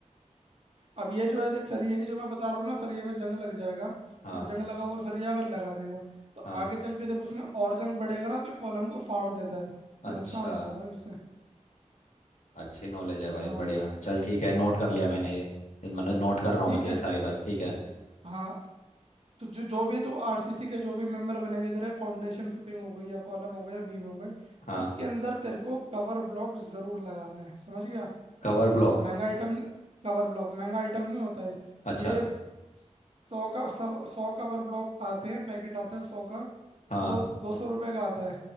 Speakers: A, on the right; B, on the left.
A: अब ये जो है देख सरिया की जो मैं बता रहा हूँ ना सरिया में जंग लग जाएगा
B: हाँ
A: और जंग लगा हुआ सरिया अगर लगा देगा तो
B: हाँ
A: आगे चल के जब उसमें और जंग बढ़ेगा ना तो ये कॉलम को फाड़ देता है तो
B: अच्छा
A: नुकसान होता है भाई उससे
B: अच्छी नॉलेज है भाई
A: हाँ
B: बढ़िया चल ठीक है नोट कर लिया मैंने ये मतलब नोट कर रहा हूँ
A: ठीक
B: मैं तेरी
A: है
B: सारी बात ठीक है
A: हाँ तो जो जो भी तू आरसीसी के जो भी मेंबर बनेंगे तेरे फाउंडेशन फुटिंग हो गई या कॉलम हो गया या बीम हो गए
B: हाँ
A: उसके अंदर तेरे को कवर ब्लॉक जरूर लगाना है समझ गया
B: Cover block
A: महंगा आइटम कवर ब्लॉक महंगा आइटम नहीं होता है
B: अच्छा
A: ये सौ का सौ सौ कवर ब्लॉक आते हैं पैकेट आता है सौ का
B: हाँ
A: वो दो सौ रुपये का आता है